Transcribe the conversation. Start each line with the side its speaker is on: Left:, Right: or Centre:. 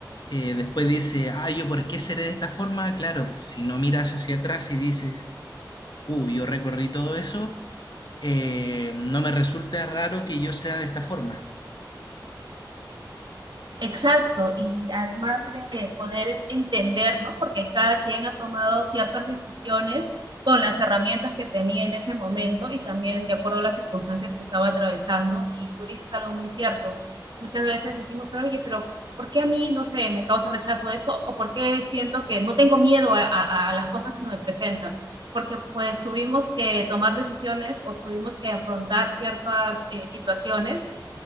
Left: eh, después dice, ah, yo por qué seré de esta forma, claro, si no miras hacia atrás y dices, uh, yo recorrí todo eso, eh, no me resulta raro que yo sea de esta forma.
Right: Exacto, y además de poder entender, ¿no? Porque cada quien ha tomado ciertas decisiones con las herramientas que tenía en ese momento y también de acuerdo a las circunstancias que estaba atravesando. Y tú dices algo muy cierto. Muchas veces decimos, pero oye, pero ¿por qué a mí, no sé, me causa rechazo esto? ¿O por qué siento que no tengo miedo a, a- a las cosas que se me presentan? Porque pues tuvimos que tomar decisiones o tuvimos que afrontar ciertas eh, situaciones